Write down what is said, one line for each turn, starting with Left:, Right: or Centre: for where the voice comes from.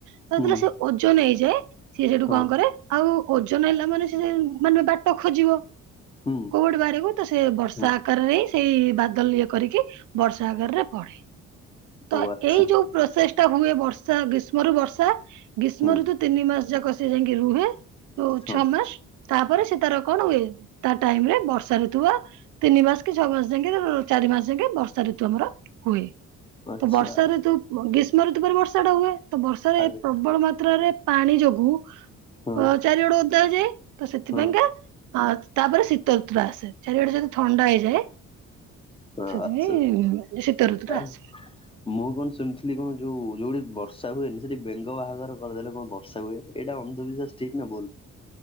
Right: ଯେତେବେଳେ
Left: ହୁଁ
Right: ସିଏ ଓଜନ ହେଇଯାଏ ସିଏ ସେଠୁ
Left: ହଁ
Right: କଣ କରେ ଆଉ ଓଜନ୍ ହେଲା ମାନେ ସେ ମାନେ ବା ତ ଖୋଜିବ
Left: ହୁଁ
Right: କୋଉ ବାଟେ ବାହାରି ବାକୁ ତ ସେ ବର୍ଷା
Left: ହୁଁ
Right: ଆକାରରେ ହିଁ ସେଇ ବା ଦଲ୍ ଇଏ କରିକି ବର୍ଷାଆକା ରେ ପଡେ। ତ
Left: ଓ ଆଚ୍ଛା
Right: ଏଇ ଯଉ ପ୍ରୋସେସ୍ ତ ହୁଏ ବର୍ଷା ଗ୍ରୀଷ୍ମରୁ ବର୍ଷା ଗ୍ରୀଷ୍ମ
Left: ହୁଁ
Right: ଋତୁ ତିନି ମାସ ଯାକ ସେଏ ଯାଇକି ରୁହେ। ଯଉ
Left: ହଁ
Right: ଛଅ ମାସ୍ ତାପରେ ସେ ତାର କଣ ହୁଏ ତା ଟାଇମ୍ ବର୍ଷା ଋତୁ ବା ତିନି ମାସ୍ କି ଛଅ ମାସ୍ ଯାକେ ଚାରି ମାସ ଯାକେ ବର୍ଷା ଋତୁ ଆମର ହୁଏ।
Left: ଆଚ୍ଛା
Right: ତ ବର୍ଷା ଋତୁ ଗ୍ରୀଷ୍ମ ଋତୁ ପରେ ବର୍ଷା ଟା ହୁଏ ତ ବର୍ଷାରେ
Left: ଆଗେ
Right: ପ୍ର ପ୍ରବଳ ମାତ୍ରାରେ ପାଣି ଯୋଗୁ ଅ
Left: ହଁ
Right: ଚାରିଗଡେ ଓଦା ହେଇ ଯାଏ ତ ସେଥିପାଇଁକା
Left: ହଁ
Right: ଅ ତାପରେ ଶୀତଋତୁ ଟା ଆସେ ଚାରିଆଡେ ଯଦି ଥଣ୍ଡା ହେଇଯାଏ।
Left: ହଁ
Right: ସେଥିପାଇଁ
Left: ଆଛା
Right: ଶୀତ ଋତୁଟା
Left: ଆଉ
Right: ଆସେ।
Left: ମୁଁ କଣ ଶୁଣିିଥିଲି କଣ ଯୋଉ ଯୋଉଠି ବର୍ଷା ହୁଏନି ସେଠି ବେଙ୍ଗ ବାହାଘର କରିଦେଲେ କଣ ବର୍ଷା ହୁଏନି। ଏଇଟା ଅନ୍ଧ ବିଶ୍ୱାସ ଠିକ୍ ନା ଭୁଲ୍?